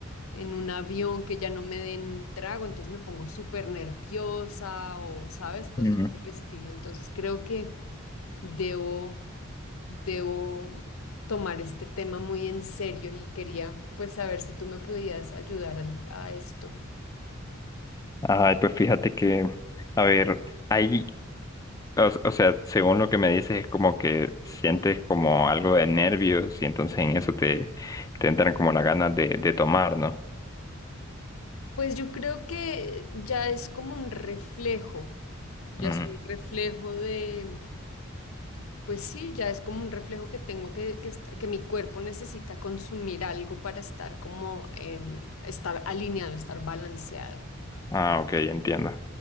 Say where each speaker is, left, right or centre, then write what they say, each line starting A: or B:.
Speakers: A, on the left; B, on the left.
A: en un avión que ya no me den trago, entonces me pongo súper nerviosa o, ¿sabes? Cosas
B: Mm,
A: por el estilo. Entonces creo que debo, debo tomar este tema muy en serio y quería pues saber si tú me podías ayudar al- a esto.
B: Ay, pues fíjate que, a ver, ahí, o, o sea, según lo que me dices, es como que sientes como algo de nervios y entonces en eso te, te entran como las ganas de, de tomar, ¿no?
A: Pues yo creo que ya es como un reflejo, ya
B: Mm,
A: es un reflejo de, pues sí, ya es como un reflejo que tengo que, que, est- que mi cuerpo necesita consumir algo para estar como en, estar alineado, estar balanceado.
B: Ah, ok, entiendo.